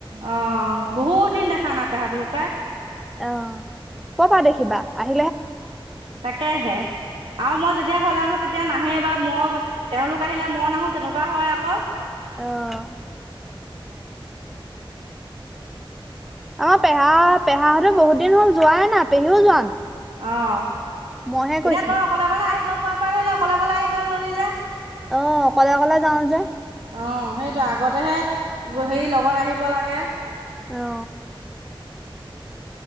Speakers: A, on the right (about 75°); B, in the centre.
A: অ', অ', বহুত দিন দেখা নাই পেহা পেহীক পাই।
B: অ', কপা দেখিবা আহি
A: তাকেহে আৰু মই যেতিয়া ঘলে আহো তেতিয়া নাহ আহে বা মই, তেওঁলোক আহিলে মই নাহো তেনেকুৱা হয় আকৌ।
B: অ', আমাৰ পেহা পেহাহঁত বহুত দিন হ'ল, যোৱাই নাই পেহীও যোৱা নাই।
A: অ',
B: মইহে কৈছিলো
A: এতিয়া তই অকলে অকলে আহিব পৰা পা ধৈল অকলে অকলে আহিব ললি যে।
B: অ', অকলে অকলে যাওঁ যে।
A: অ', সেইটোৱে, আগতেহে হেৰি লগত আহিব লাগে।
B: অ